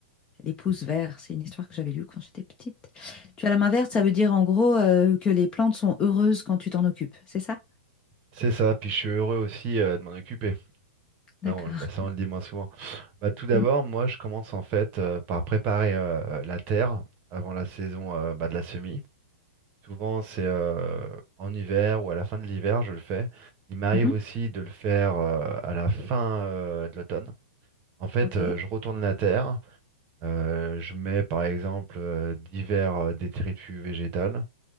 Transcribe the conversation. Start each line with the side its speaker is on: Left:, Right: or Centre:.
Left: Les pousses
Right: Et
Left: vertes, c'est une histoire que j'avais lue quand j'étais petite. Tu as la main verte, ça veut dire en gros euh, que les plantes sont heureuses quand tu t'en occupes, c'est ça?
Right: C'est ça, puis je suis heureux aussi euh, de m'en occuper.
Left: D'accord.
Right: Ça on, ça, on le dit moins souvent. Bah, tout d'abord,
Left: Mm.
Right: moi, je commence en fait euh, par préparer euh, la terre avant la saison euh, bah, de la semis. Souvent, c'est euh, en hiver ou à la fin de l'hiver, je le fais. Il m'arrive
Left: Mhm.
Right: aussi de le faire euh, à la fin euh, de l'automne. En fait,
Left: Ok.
Right: euh, je retourne la terre, Euh, je mets par exemple euh, divers euh, détritus végétales.